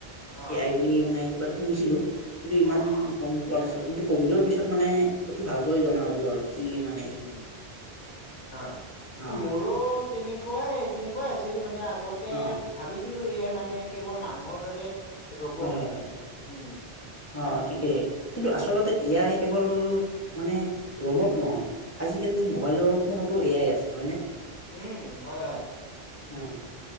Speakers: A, on the left (about 55°); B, on the left (about 20°).
A: অ
B: এ আই বুলি মানে কিবা এটা শুনিছিলো, কিন্তু ইমান
A: অ অ
B: গ'ম পোৱা নাছিলো।
A: হয়
B: কিন্তু ক'ভিডৰ পিছত মানে, অতি ভালকৈ জনা হ'লো আৰু, কি মান
A: উম, হয়।
B: অ
A: মোৰো তেনেকুৱাই, তেনেকুৱাই আছিল মানে আগতে
B: অ
A: ভাবি ছিলো এ আই মানে কেৱল মানুহৰ দৰে ৰবট
B: হয়, হয়, হয়,
A: উম,
B: অ', ঠিকেই। কিন্তু আচলতে এ আই কেৱল মানে ৰ'বট নহয়। আজিকালি মোবাইলৰ ফোনতো এ আই আছে হয় নে?
A: উম, হয় হয়।
B: উম।